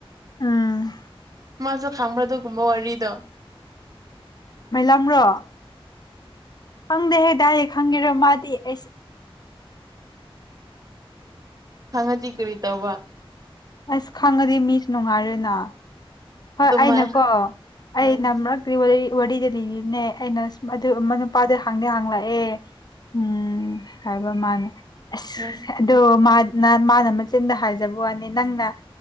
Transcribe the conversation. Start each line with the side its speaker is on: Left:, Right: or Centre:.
Left: ꯎꯝ
Right: ꯃꯥꯁꯨ ꯈꯥꯡꯕ꯭ꯔ ꯗꯨꯒꯨꯝꯕ ꯋꯥꯔꯤꯗꯣ
Left: <unintelligible> ꯈꯪꯗꯦꯍꯦ ꯗꯥꯏꯔꯦꯛ ꯈꯪꯒꯦꯔꯣ ꯃꯥꯗꯤ ꯑꯩꯁ
Right: ꯍꯪꯉꯗꯤ ꯀꯔꯤ ꯇꯧꯕ
Left: ꯑꯁ ꯈꯪꯉꯗꯤ ꯃꯤꯁꯨ ꯅꯨꯡꯉꯥꯏꯔꯣꯏꯅ ꯍꯣꯏ
Right: ꯑꯗꯨꯃꯥꯏ
Left: ꯑꯩꯅꯀꯣ ꯑꯩꯅ
Right: ꯎꯝ
Left: ꯃꯔꯛꯇꯤ ꯋꯥꯔꯤ ꯋꯥꯔꯤꯗꯤ ꯂꯤꯕꯤꯕꯅꯦ ꯑꯩꯅ ꯑꯗꯨ ꯑꯃ ꯅꯨꯄꯥꯗ ꯍꯥꯡꯗꯤ ꯍꯥꯡꯂꯛꯑꯦ ꯎꯝ ꯍꯥꯏꯕ ꯃꯥꯅ ꯑꯁ
Right: ꯎꯝ
Left: ꯑꯗꯣ ꯃꯥꯅ ꯃꯥꯅ ꯃꯆꯤꯟꯗ ꯍꯥꯏꯖꯕ ꯋꯥꯅꯤ ꯅꯪꯅ